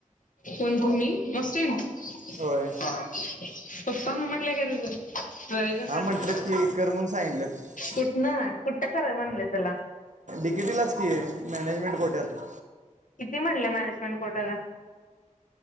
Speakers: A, on the left; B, on the right.
A: कोण को नस्न
B: होय
A: स्वपता ह म्हणलं काय तिचं व ग
B: हा
A: का
B: म्हटलेत की कर म्हणून सांगितलेत
A: कुठ ना कुठ्ट ख म्हणलं त्याला
B: तिकिटीलाच की आहे मॅनेजमेंट कोट्यातलं
A: किती म्हटले मॅनेजमेंट कोर्टाला